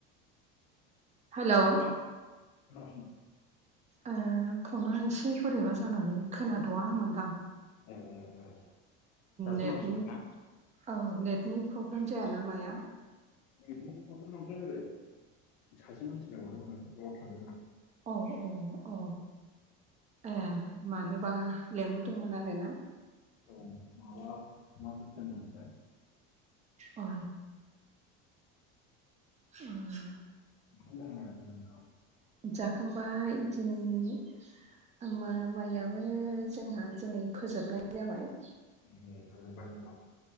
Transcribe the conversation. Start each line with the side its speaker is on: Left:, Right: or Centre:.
Right: हेलौ
Left: <unintelligible>
Right: ओ फना एसे बोरैबा जानानै खोनाद'आमोनदां
Left: <unintelligible> दा खोनाफिनबाय
Right: नेटनि
Left: ना
Right: औ नेटनि प्रब्लेम जायाना माया
Left: नेटनि प्रब्लेम मोनदों सासे मानसि लेंहरदोमोन नालाय बेआव थांदोंमोन आं
Right: अ अ अ ए मानोबा लेंंहरदोंमोन आरो ना
Left: औ माबा मा बुस्थु होनदोंमोनथाय
Right: अ ओह
Left: <unintelligible>
Right: जाखांबाय दिनै ओम माइआबो जोंहा दिनै फोजोबनाय जाबाय
Left: <unintelligible>